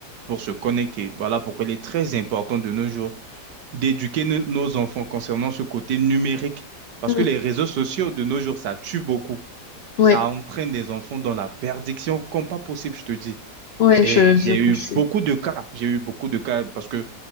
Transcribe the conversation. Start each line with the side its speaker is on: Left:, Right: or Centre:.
Right: pour se connecter. Voilà pourquoi il est très important de nos jours d'éduquer no- nos enfants concernant ce côté numérique. Parce
Left: Mm.
Right: que les réseaux sociaux de nos jours, ça tue beaucoup.
Left: ouais,
Right: Ça entraîne des enfants dans la perdition comme pas possible, je te dis.
Left: ouais,
Right: Et
Left: je, je,
Right: j'ai eu
Left: je suis.
Right: beaucoup de cas. J'ai eu beaucoup de cas parce que